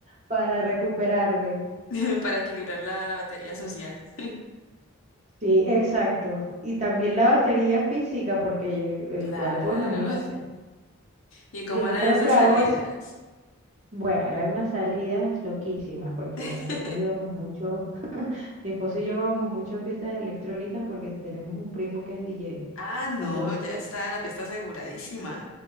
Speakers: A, on the right (about 30°); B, on the left (about 60°).
A: para recuperarme.
B: <laughs> para equilibrar la, la batería social. <laughs>
A: Sí, exacto. Y también la batería física, porque el
B: Claro.
A: cuerpo, imagínate.
B: ¿Y cómo
A: Yo
B: eran
A: creo
B: esas
A: que hago
B: salidas?
A: es, bueno, eran unas salidas loquísimas, porque
B: <laughs>
A: nosotros íbamos mucho, mi esposo y yo íbamos mucho a fiestas electrónicas porque tenemos un primo que es DJ.
B: Ah, no,
A: Entonces,
B: ya está la fiesta aseguradísima.